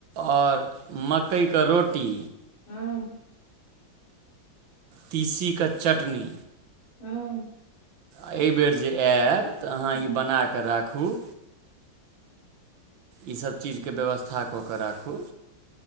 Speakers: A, on the right (about 75°); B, on the left (about 85°).
A: आओर मकैय कऽ रोटी
B: हुंऽऽऽऽ
A: तीसी कऽ चटनी
B: हं
A: एहिबेर जे आएब तऽ अहाँ
B: हँ
A: ई बनाकऽ राखू ई सभ चीज के व्यवस्था कऽ कऽ राखू